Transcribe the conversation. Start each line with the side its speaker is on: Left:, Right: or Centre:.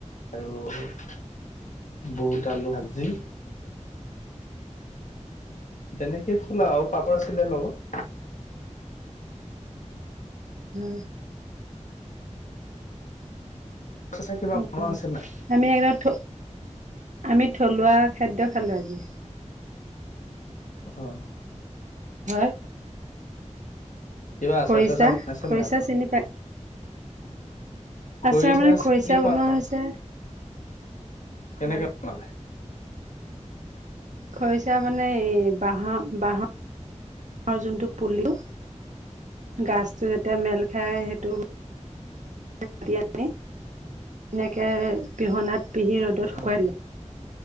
Left: আৰু বুট আলু ভাজি। তেনেকে খোলা আৰু পাপৰ আছিলে লগত।
Right: উম।
Left: আচাৰ চাচাৰ কিবা
Right: উম,
Left: বনোৱা
Right: উম।
Left: হৈছে নাই?
Right: আমি একদম থ আমি থলুৱা খাদ্য খালো আজি।
Left: অ'।
Right: হয়।
Left: কিবা আচাৰ
Right: খৰিচা
Left: চাচাৰ বনাইছে
Right: খৰিচা
Left: নে নাই আপোনালোকে।
Right: চিনি পাই
Left: খৰিচা
Right: আচাৰ মানে খৰিচা
Left: চিনি
Right: বনোৱা
Left: পাওঁ,
Right: হৈছে
Left: কেনেকে
Right: হয়।
Left: বনালে?
Right: খৰিচা মানে এই বাহঁৰ, বাঁহৰ, বাঁহৰ যোনটো পুলি গাজটো যেতিয়া মেল খায় সেইটো কাটি আনি এনেকে পিহনাত পিহি ৰ'দত শুকাই
Left: অ',
Right: দিলে-